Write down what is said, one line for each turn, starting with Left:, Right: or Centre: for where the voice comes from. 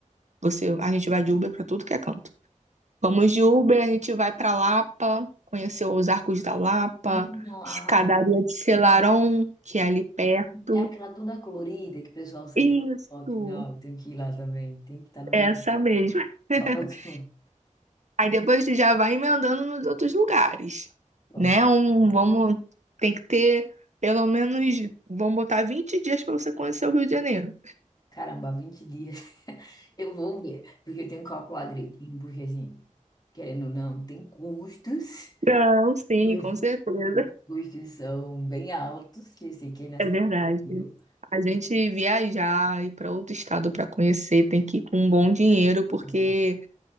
Right: Você, a gente vai de Uber para tudo que é canto. Vamos de Uber, a gente vai para Lapa, conhecer os Arcos da Lapa,
Left: Não, a-
Right: Escadaria de Selarón, que é ali perto.
Left: é aquela toda colorida que o pessoal sente
Right: Isso.
Left: foto. Não, tem que ir lá também. Tem que estar no meu
Right: Essa mesmo.
Left: <laughs> ótimo.
Right: <laughs> Aí depois tu já vai emendando nos outros lugares,
Left: Bom,
Right: né? Um, vamos, tem que ter pelo menos, vamos botar 20 dias para você conhecer o Rio de Janeiro.
Left: caramba, 20 dias. <laughs> Eu vou ver, porque eu tenho que calcular direitinho, porque assim, querendo ou não, tem custos.
Right: Não, sim,
Left: <laughs> Tem-
Right: com certeza.
Left: Os custos são bem altos, que eu sei que é na
Right: É
Left: cidade.
Right: verdade.
Left: Eu,
Right: A gente viajar, ir para outro estado para conhecer, tem que ir com um bom dinheiro, porque
Left: né?